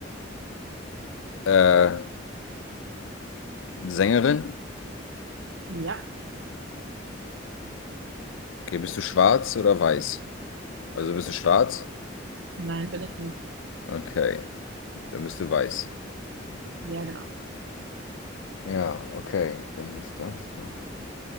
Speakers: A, on the left; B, on the right.
A: äh, Sängerin?
B: Ja,
A: Okay, bist du schwarz oder weiß? Also bist du schwarz?
B: nein, bin ich nicht.
A: Okay, dann bist du weiß.
B: Ja, genau.
A: Ja, okay, dann ist das das.